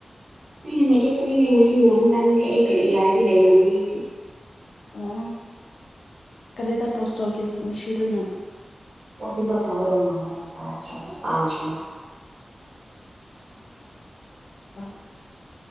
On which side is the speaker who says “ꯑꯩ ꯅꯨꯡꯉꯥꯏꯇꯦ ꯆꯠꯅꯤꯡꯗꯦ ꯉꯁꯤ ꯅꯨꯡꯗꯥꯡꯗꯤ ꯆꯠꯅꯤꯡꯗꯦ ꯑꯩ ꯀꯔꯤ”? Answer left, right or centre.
Right